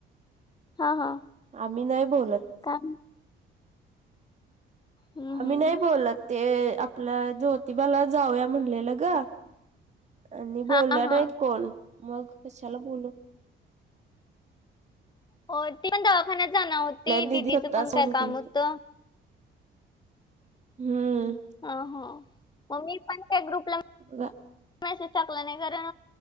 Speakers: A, on the left; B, on the right.
A: हा हा
B: आम्ही नाय बोलत
A: काम हम्म
B: आमी
A: हम्म.
B: नाय बोलल ते आपल्या ज्योतिबाला जाऊया म्हणलेलं ग आणि
A: हा
B: बोलल्या
A: हा
B: नाहीत कोण मग कशाला बोलोल
A: हो ते पण दवाखान्यात जाण होती
B: दिदी
A: दिदीचं
B: स्वतःच
A: पण
B: फोन
A: काय काम
B: केलती
A: होतं
B: हम्म
A: ह ह मग मी पच्या ग्रुप
B: हो
A: मेसेज टाकला नाही कारण